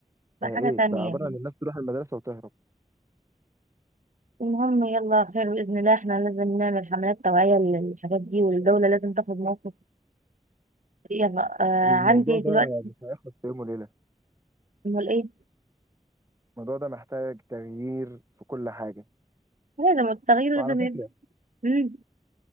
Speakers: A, on the right (about 80°); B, on the right (about 25°).
A: بقى
B: آه
A: حاجة
B: ايه
A: تانية
B: بقى عبارة
A: يعني
B: عن الناس تروح المدرسة وتهرب
A: المهم يلا خير بإذن الله احنا لازم نعمل حملات توعية للحاجات دي والدولة لازم تاخد موقف يلا آه
B: الموضوع
A: عندي
B: ده
A: دلوقتي
B: مش هيخلص في يوم وليلة
A: امال ايه
B: الموضوع ده محتاج تغيير في كل حاجة
A: لازم التغيير لازم
B: وعلى فكرة
A: يبقى مم.